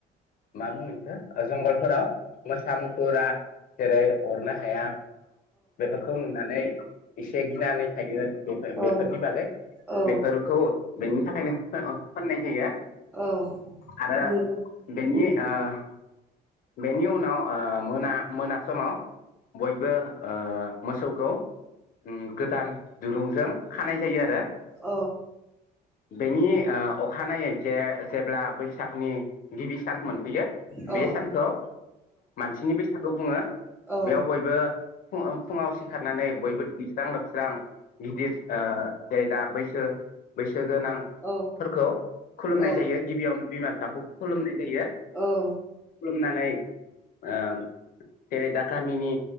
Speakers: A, on the left; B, in the centre.
A: मा बुङो बिखौ जंगलफोराव मोसा मुफुरा जेरै अरनो हाया बेफोरखौ नुनानै एसे गिनानै थायो बेफोर बेफोरनि
B: औ
A: बागै
B: औ
A: बेफोरखौ बेनि थाखायनो फोन-फोननाय जायो।
B: औ
A: आरो
B: नंगौ।
A: बेनि
B: उम
A: ओ बेनि उनाव ओ मोना मोना समाव बयबो ओ मोसौखौ ओम गोदान दुरुंजों खानाय जायो आरो
B: औ
A: बेनि ओ अखानायै जे जेब्ला बै सागनि गिबि सान मोनफैयो
B: औ
A: बे सानखौ मानसिनि बैसागु बुङो
B: औ
A: बेयाव बयबो फुङाव फुङाव सिखारनानै बयबो दैस्रां लोबस्रां गिदिर आ दे दा बैसो बै सो गोनांफोरखौ
B: औ
A: खुलुमनाय
B: नंगौ
A: जायो गिबियावनो बिमा बिफाखौ खुलुमनाय जायो।
B: औ उम औ
A: खुलुमनानै ओम जेरै- दा गामिनि